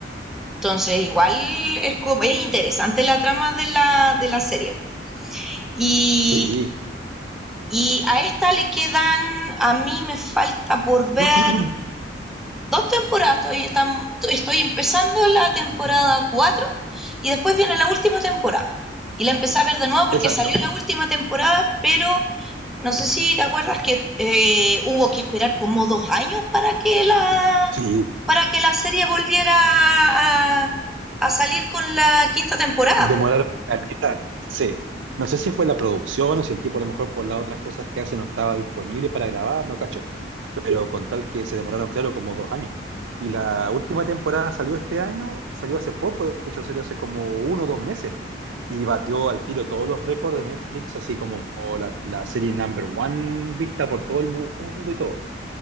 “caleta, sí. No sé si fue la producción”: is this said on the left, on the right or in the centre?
Right